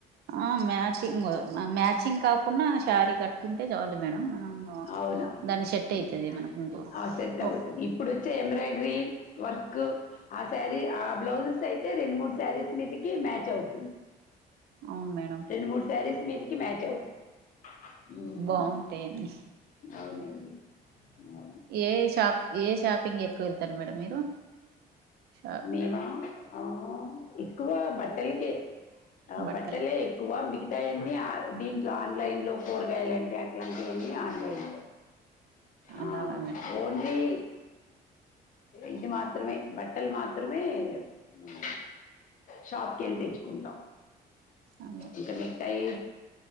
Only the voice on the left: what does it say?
అవునవును
అవ్ను
ఆ సెట్ అవతది
ఇప్పుడోచ్చే ఎంబ్రాయిడ్రీ వర్క్ ఆ శారీ ఆ బ్లౌజెస్ ఐతే రెండ్ మూడ్ శారీస్ మీదికి మ్యాచ్ అవుతుంది.
రెండు మూడ్ శారీస్ మీదికి మ్యాచ్ అవుతుంది. ఉమ్.
అవునండి ఇంగా
మేమా ఆ ఎక్కువ బట్టల్కే ఆ
బట్టలే ఎక్కువ మిగిత్ తయన్నీ అ దీంట్లో ఆన్లైన్ లో కూరగాయలంటే అట్లాంటివన్ని ఆన్లైన్ లో
ఆ
ఓన్లీ ఇది మాత్రమే బట్టల్ మాత్రమే అ షాప్ కెళ్ళి తెచ్చుకుంటాం.
ఇకా మిగతాయి